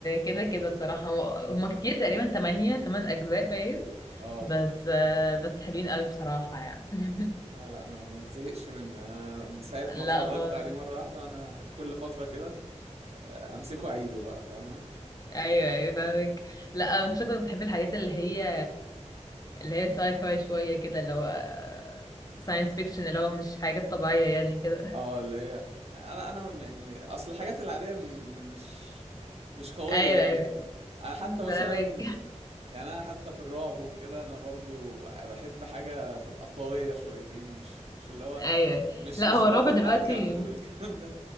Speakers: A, on the left; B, on the right.
A: كده كده بصراحه هو-
B: امم
A: هما كتير تقريبا تمانية تمن اجزاء باين
B: اه
A: بس آه، بس حلوين قوي بصراحه يعني <laughs>
B: لا لا ما, ما يتزهقش منه أنا من ساعة ما
A: لا
B: اتفرجت
A: خالص
B: عليه مرة واحدة أنا كل فترة كده آه، أمسكه أعيده بقى فاهمة
A: ايوه ايوه فاهمك لا انت شكلك بتحب الحاجات اللي هي اللي هي ساي فاي شويه كده اللي هو ساينس فيكشن اللي هو مش حاجه طبيعيه يعني كده
B: اه اللي هي أنا أنا يعني أصل الحاجات العادية م- مش مش قوية
A: ايوه
B: يعني
A: ايوه
B: أنا حتى مثلا
A: فاهمك
B: يعني أنا حتى في الرعب وكده أنا برضو بح- بحب حاجة تبقى قوية شويتين مش مش اللي هو
A: <laughs> ايوه
B: مش
A: لا
B: مش
A: هو
B: رعب
A: الرعب
B: بتاع
A: دلوقتي
B: كامب والكلام ده